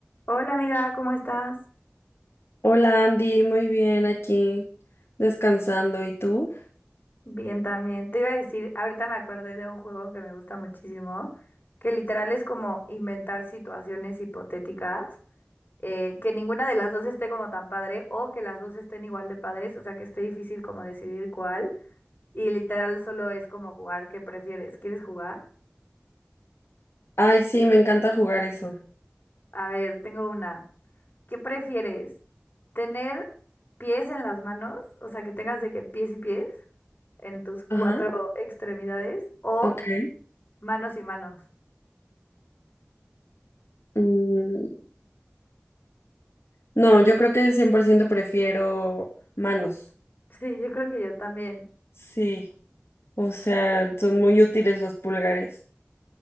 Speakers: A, on the left; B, on the left.
A: Hola amiga, ¿cómo estás?
B: Hola Andy, muy bien aquí, descansando. ¿Y tú?
A: Bien también. Te iba a decir, ahorita me acordé de un juego que me gusta muchísimo, que literal es como inventar situaciones hipotéticas, eh, que ninguna de las dos esté como tan padre o que las dos estén igual de padres, o sea que esté difícil como decidir cuál. Y literal solo es como jugar, ¿qué prefieres? ¿Quieres jugar?
B: Ay, sí, me encanta jugar eso.
A: A ver, tengo una. ¿Qué prefieres? ¿Tener pies en las manos? O sea, que tengas de que pies y pies en tus cuatro
B: Ajá,
A: extremidades o
B: ok.
A: Manos y manos.
B: Mm, no, yo creo que 100% prefiero manos.
A: Sí, yo creo que yo también.
B: Sí, o sea, son muy útiles los pulgares.